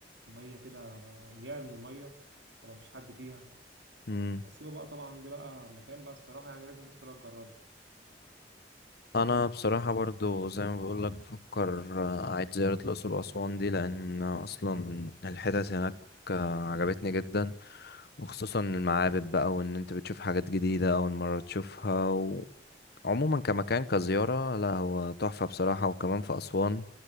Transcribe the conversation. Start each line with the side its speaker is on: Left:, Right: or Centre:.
Right: الميه كده بقى اميال من الميه وما فيش حد فيها
Left: امم
Right: سيوة بقى طبعا ده بقى مكان بقى الصراحه يعني لازم الناس كلها تجربه
Left: انا بصراحه برضو زي ما بقول لك بفكر آه، اعيد زياره الاقصر واسوان دي لان اصلا الحتت هناك آه، عجبتني جدا وخصوصا المعابد بقى وان انت بتشوف حاجات جديده اول مره تشوفها عموما كمكان كزيارة لا هو تحفة بصراحة وكمان في أسوان